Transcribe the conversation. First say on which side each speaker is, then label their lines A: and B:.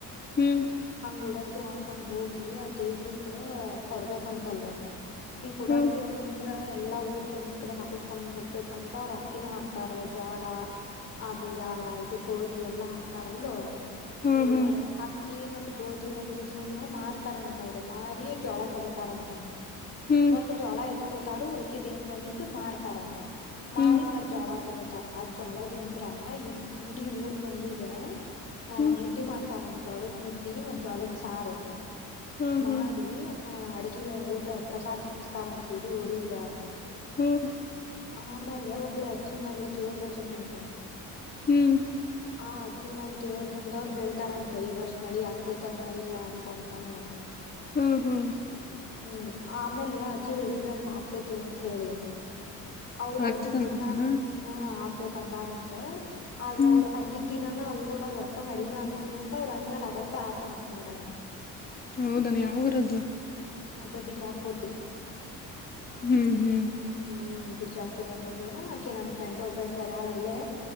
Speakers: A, on the left (about 30°); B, on the left (about 45°).
A: ಹ್ಮ್
B: ಹಂಗುಡಕ್ ಹಾಕೊಂಡ್ ಹೋಗಿ ಆ ದೇವ್ರಿಗ ಕೊಡ್ಬೇಕಂತಲ್ಲೇ ಈಗ ಉಡಕ್ಕಿ
A: ಹ್ಮ್
B: ಅಂತಂದ್ರೆ ಎಲ್ಲಾ ಊರ್ ಜನದ ಕಡೆ ಹಾಕಸ್ಕೊಂಡ್ ಹೋಗ್ಬೇಕಂದ್ರೆ ಅವ್ರು ಅಕ್ಕಿನೂ ಹಾಕ್ತಾರ ಜೋಳ ಆಮೇಲೆ ಇದು ಗೋಧಿ ಎಲ್ಲಾ ಹಾಕ್ತಾರಲ್ಲೋ
A: ಹ್ಮ್
B: ಇವು
A: ಹ್ಮ್
B: ಅಕ್ಕಿ ಮತ್ತ್ ಗೋಧಿ ಬಂದಿದವನ್ನ ಮಾರ್ತಾರಂತ ಅವ್ರು ಮಾರಿ ಜೋಳ ತಗೋತಾರಂತ
A: ಹ್ಮ್ ಹ್ಮ್
B: ವಟ್ ಜೋಳ ಇಟ್ಕೋತಾರ ಉಳಕಿದ್ ಏನ್ ಬಂದಿದ್ದ ಮಾರ್ತಾರ ಮಾರಿ
A: ಹ್ಮ್
B: ಮತ್ ಜೋಳ ತಗೋತಾರ ಆ ಜೋಳದಿಂತ್ರ ಇ ಇಡೀ ಊರ್ ಮಂದಿಗ ಹ
A: ಹ್ಮ್
B: ಮುದ್ದಿ ಮಾಡ್ತಾರಂತ ಜೋಳದ್ ಮುದ್ದಿ ಮತ್ತ ಜೋಳದ ಸಾರ
A: ಹ್ಮ್
B: ಮಾಡಿ
A: ಹ್ಮ್
B: ಆ ಅಡ್ಗಿ ಊಟ ಪ್ರಸಾದ್ ಹಾಕಿಸತಾರಂತ ಇಡೀ ಊರಿಗ
A: ಹ್ಮ್
B: ಆಮೇಲೆ ಒಬ್ಬರ ಅಜ್ಜಿ ಮೇಲೆ ದೇವರ್ ಬರ್ತಿತಂತ
A: ಹ್ಮ್
B: ಆ ಅಜ್ಜಿ ಮ್ಯಾಲ್ ದೇವರ್ ಬಂದವ್ರು ಹೇಳ್ತಾರಂತ ಈ ವರ್ಷ ಮಳಿ ಆಗ್ತೇತನ ಇಲ್ಲ ಅಂತಂತ ಅಂದ
A: ಹ್ಮ್ ಹ್ಮ್
B: ಹ್ಮ್ ಆಮೇಲೆ ಅಜ್ಜಿ ಹೇಳಿದ್ರಂತ ಆಗ್ತೇತಿ ಅಂತ ಹೇಳಿ ಅವ್ರ
A: ಆಗ್ತದಂದಾರ
B: ಅಂದಿದ್ ದಿನಾ ಹ ಆಕೆ ತಂದಾರಂತ ಆದ್ರ
A: ಹ್ಮ್
B: ಅವ್ರ ಅಂದಿದ್ ದಿನಾನ ಊರೊಳಗ್ ಒಟ್ಟ ಮಳಿನ ಆಗಿದ್ದಿಲ್ಲ ಅಂತ ಅವ್ರ ಅಂದ್ಮೇಲ ಅವತ್ತ ಆತಂತತ್ ನೋಡದ
A: ಹೌದನ ಯಾವುರದ್ದು
B: ಅದ ಬಿಜಾಪುರ್
A: ಹ್ಮ್ ಹ್ಮ್
B: ಹ್ಮ್ ಬಿಜಾಪುರ ಒಳಗ ಆಕೆ ನನ್ ಫ್ರೆಂಡ್ ಒಬ್ಬಕಿ ಅದಾಳ ಅಲ್ಲೇ